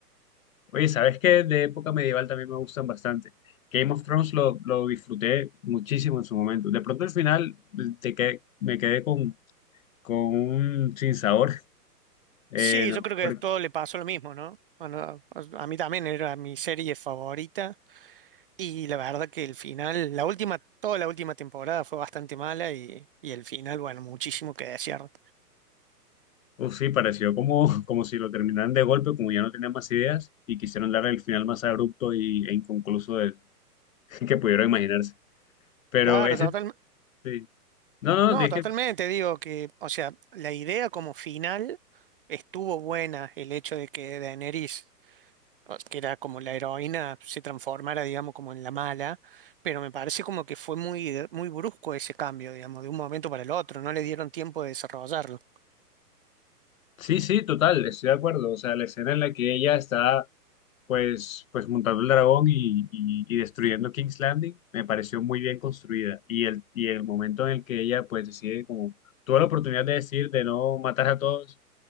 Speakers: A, on the left; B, on the right.
A: Oye, ¿sabes qué? De época medieval también me gustan bastante. Game of Thrones lo, lo disfruté muchísimo en su momento. De pronto al final eh, te que- me quedé con, con un sinsabor Eh,
B: Sí,
A: no,
B: yo creo que
A: porque-
B: a todo le pasó lo mismo, ¿no? Bueno, a a mí también era mi serie favorita y la verdad que el final, la última, toda la última temporada fue bastante mala y, y el final, bueno, muchísimo que desear.
A: uf, sí, pareció como, <laughs> como si lo terminaran de golpe, como ya no tenían más ideas y quisieron darle el final más abrupto y, e inconcluso del- <laughs> que pudieron imaginarse. Pero
B: Claro,
A: ese,
B: totalmente.
A: sí. No,
B: No,
A: no, es
B: totalmente,
A: que
B: digo que, o sea, la idea como final estuvo buena, el hecho de que Daenerys, o- que era como la heroína, se transformara, digamos, como en la mala, pero me parece como que fue muy, muy brusco ese cambio, digamos, de un momento para el otro, no le dieron tiempo de desarrollarlo.
A: sí, sí, total, estoy de acuerdo. O sea, la escena en la que ella está, pues, pues montando el dragón y, y- y destruyendo King's Landing me pareció muy bien construida. Y el, y el momento en el que ella, pues, decide como, tuvo la oportunidad de decir de no matar a todos